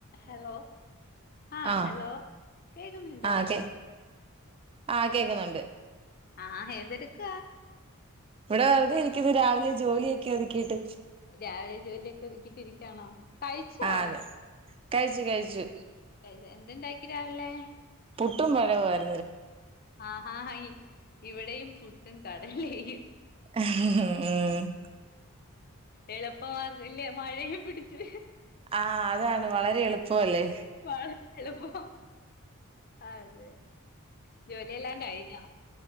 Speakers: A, on the left; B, on the right.
A: ഹലോ ആ
B: ആഹ്
A: ഹലോ കേക്കുന്നുണ്ടോ?
B: ആഹ് കേ ആഹ് കേക്കുന്നുണ്ട്
A: ആ എന്തെടു ക്ക
B: ഇവടെ വെർതെ ഇരിക്കുന്നു രാവിലെ ജോലിയൊക്കെ ഒതുക്കിയിട്ട്
A: രാവിലെ ജോലിയൊക്കെ ഒതുക്കിട്ടിരിക്കാണോ? കഴിച്ചോ?
B: ആഹ് അതെ കഴിച്ചു കഴിച്ചു
A: എ എന്ത് ണ്ടാക്കി രാവിലെ?
B: പുട്ടും പഴവുംവായിരു
A: ആ ഇവിടെം പുട്ടും കടലേം
B: ഉം
A: എളുപ്പമാർഗം അല്ലേ മഴയും പിടിച്ചു
B: ആ അതാണ് വളരെ എളു പ്പോലെ
A: <unintelligible> ചെലപ്പോ അതെ ജോലിയെല്ലാം കഴിഞ്ഞോ